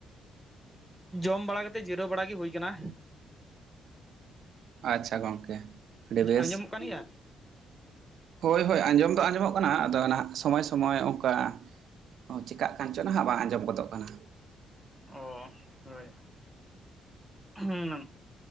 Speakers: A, in the centre; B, on the right (about 70°).
A: ᱡᱚᱢ ᱵᱟᱲᱟ ᱠᱟᱛᱮ ᱡᱤᱨᱟᱹᱣ ᱵᱟᱲᱟ ᱜᱮ ᱦᱩᱭ ᱠᱟᱱᱟ।
B: ᱟᱪᱪᱷᱟ ᱜᱚᱝᱠᱮ ᱟᱹᱰᱤ ᱵᱮᱥ।
A: ᱟᱸᱡᱚᱢᱚᱜ ᱠᱟᱱ ᱜᱮᱭᱟ
B: ᱦᱳᱭ ᱦᱳᱭ ᱟᱸᱡᱚᱢ ᱫᱚ ᱟᱸᱡᱚᱢᱚᱜ ᱠᱟᱱᱟ᱾ ᱟᱫᱚ ᱱᱟᱦᱟᱜ ᱥᱚᱢᱚᱭ ᱥᱚᱢᱚᱭ ᱚᱱᱠᱟ ᱚ ᱪᱮᱠᱟᱜ ᱠᱟᱱ ᱪᱚ ᱱᱟᱦᱟᱜ ᱵᱟᱝ ᱟᱸᱡᱚᱢ ᱜᱚᱫᱚᱜ ᱠᱟᱱᱟ?
A: ᱚ, ᱦᱳᱭ᱾ ᱦᱩᱸ,